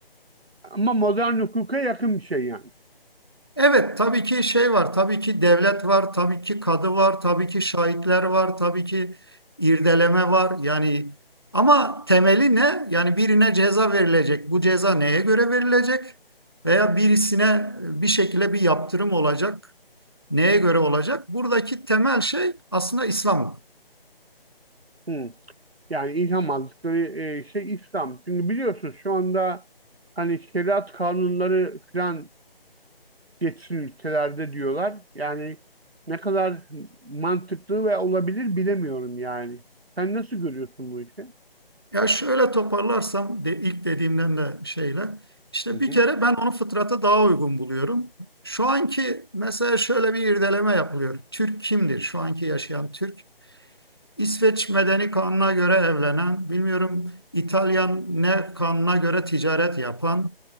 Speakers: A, on the right; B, on the left.
A: Ama modern hukuka yakın bir şey yani.
B: Evet, tabii ki şey var, tabii ki devlet var, tabii ki kadı var, tabii ki şahitler var, tabii ki irdeleme var. Yani ama temeli ne? Yani birine ceza verilecek. Bu ceza neye göre verilecek? Veya birisine bir şekilde bir yaptırım olacak. Neye göre olacak? Buradaki temel şey aslında İslam hukuku.
A: Hı. Yani ilham aldıkları e, şey İslam. Çünkü biliyorsunuz şu anda hani şeriat kanunları falan geçsin ülkelerde diyorlar. Yani ne kadar mantıklı ve olabilir bilemiyorum yani. Sen nasıl görüyorsun bu işi?
B: Ya şöyle toparlarsam de, ilk dediğimden de şeyle işte
A: Hı hı.
B: bir kere ben onu fıtrata daha uygun buluyorum. Şu anki mesela şöyle bir irdeleme yapılıyor. Türk kimdir? Şu anki yaşayan Türk. İsveç Medeni kanuna göre evlenen, bilmiyorum İtalyan ne kanuna göre ticaret yapan,